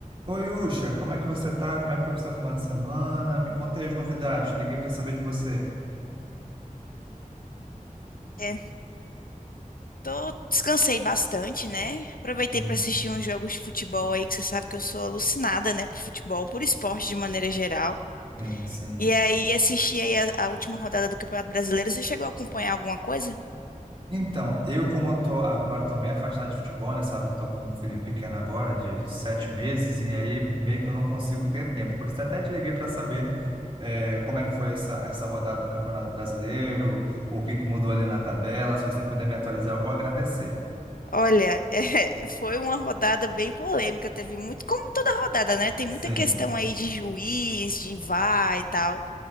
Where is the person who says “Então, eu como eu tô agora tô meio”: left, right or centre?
Right